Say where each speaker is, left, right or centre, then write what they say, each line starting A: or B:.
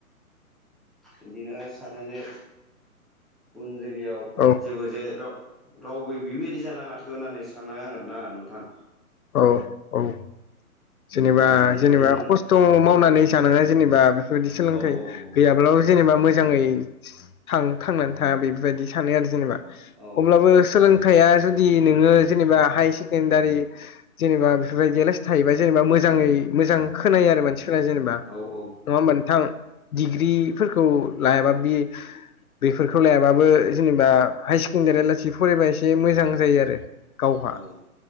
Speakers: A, in the centre; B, on the left (about 70°).
A: बिदिनो सानो जे उन जोलैयाव
B: औ
A: जेबो जे राव रावबो बेबायदि जानाङाथों होननानै सान आङो आरोना नोंथां।
B: औ औ जेनेबा
A: दा जोंथ'
B: जेनेबा
A: नुनो
B: खस्थ'
A: औ
B: मावनानै जानाङा जेनेबा बेफोरबायदि सोलोंथाइ
A: औ औ औ
B: गैयाब्लाबो
A: औ
B: जेनेबा मोजाङै थां थांनानै था बेफोरबायदि सानो आरो जेनेबा।
A: औ
B: अब्लाबो सोलों खाया जुदि नोङो जेनेबा हायार सेकेणडारि जेनेबा बेफोरबायदिलासि थायो। ओमफ्राय जेनेबा मोजाङै मोजां खोनायो आरो मानसिफोरा जेनेबा
A: औ
B: नङा होनबा नोंथां डिग्रिफोरखौ
A: औ
B: लायाबाबो बि बेफोरखौ लायाबाबो जेनेबा हायार सेकेण्डारि आलासि फरायबा एसे मोजां जायो आरो। गावहा
A: औ